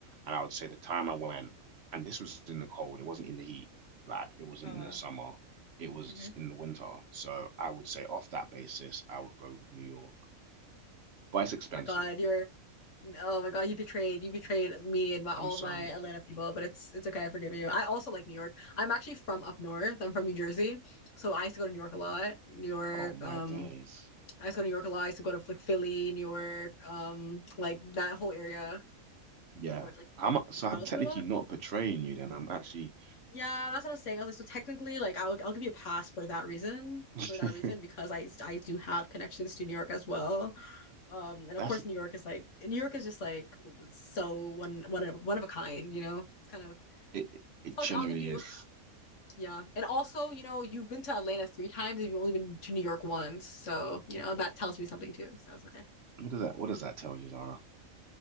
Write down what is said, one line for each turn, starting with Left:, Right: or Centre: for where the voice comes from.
Right: and I would say the time I went, and this was in the cold, it wasn't in the heat, like it wasn't
Left: Oh
Right: in
Left: wow.
Right: the summer, it was
Left: hmm
Right: in the winter. So I would say off that basis, I would go with New York, but it's expensive.
Left: Oh my God, you're oh my God, you betrayed you betrayed me and my all
Right: I'm sorry.
Left: of my Atlanta people, but it's it's okay, I forgive you. I also like New York. I'm actually from up north. I'm from New Jersey, so I used to go to New York a lot. New York,
Right: Oh my
Left: um,
Right: days.
Left: I used to go to New York a lot. I used to go to like Philly, New York, um, like that whole area.
Right: Yeah.
Left: I would like
Right: How much? So
Left: travel
Right: I'm technically
Left: to a lot.
Right: not betraying you then. I'm actually.
Left: Yeah, that's what I was saying. I was like, so technically, like I'll I'll give you a pass for that reason.
Right: <laughs>
Left: For that reason, because I I do have connections to New York as well. Um, and of
Right: That's
Left: course, New York is like New York is just like so one one of, one of a kind, you know, kind of.
Right: It it
Left: So
Right: genuinely
Left: I'll, I'll give you,
Right: is.
Left: yeah. And also, you know, you've been to Atlanta three times and you've only been to New York once, so you know that tells me something too. So it's okay.
Right: What does that what does that tell you, Zara?